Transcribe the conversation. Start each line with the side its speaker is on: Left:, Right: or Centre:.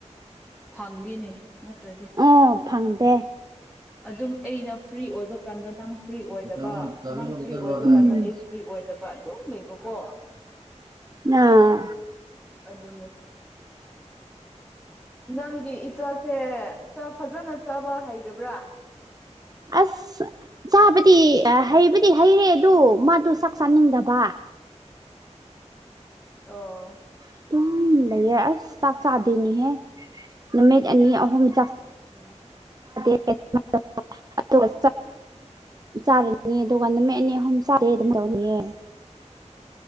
Centre: ꯐꯪꯗꯦꯅꯦ ꯅꯠꯇ꯭ꯔꯗꯤ
Right: ꯑꯥ ꯐꯪꯗꯦ
Centre: ꯑꯗꯨꯝ ꯑꯩꯅ ꯐ꯭ꯔꯤ ꯑꯣꯏꯕ ꯀꯥꯟꯗ ꯅꯪꯁ ꯐ꯭ꯔꯤ ꯑꯣꯏꯗꯕ
Right: ꯎꯝ
Centre: ꯅꯪ ꯐ꯭ꯔꯤ ꯑꯣꯏꯕ ꯀꯥꯟꯗ ꯑꯩ ꯐ꯭ꯔꯤ ꯑꯣꯏꯗꯕ ꯑꯗꯨꯝ ꯂꯩꯕꯀꯣ
Right: ꯑꯥ
Centre: ꯑꯗꯨ ꯅꯪꯒꯤ ꯏꯆꯥꯁꯦ ꯆꯥꯛ ꯐꯖꯅ ꯆꯥꯕ ꯍꯩꯔꯕ꯭ꯔꯥ
Right: ꯑꯁ ꯆꯥꯕꯗꯤ ꯍꯩꯕꯗꯤ ꯍꯩꯔꯦ ꯑꯗꯨ ꯃꯥꯗꯨ ꯆꯥꯛ ꯆꯥꯅꯤꯡꯗꯕ
Centre: ꯑꯣ
Right: ꯑꯗꯨꯝ ꯂꯩꯌꯦ ꯑꯁ ꯆꯥꯛ ꯆꯥꯗꯣꯏꯅꯤꯍꯦ ꯅꯨꯃꯤꯠ ꯑꯅꯤ ꯑꯍꯨꯝ ꯆꯥꯛ
Centre: ꯎꯝ
Right: ꯑꯗꯨꯒꯨꯛ ꯆꯥꯔꯅꯤ <unintelligible> ꯗꯨꯀꯥꯟ ꯅꯨꯝ ꯃ ꯑꯦꯅꯤ ꯑꯍꯨꯝ ꯆꯥꯗꯦ ꯑꯗꯨꯝ ꯇꯧꯅꯤꯑ <unintelligible>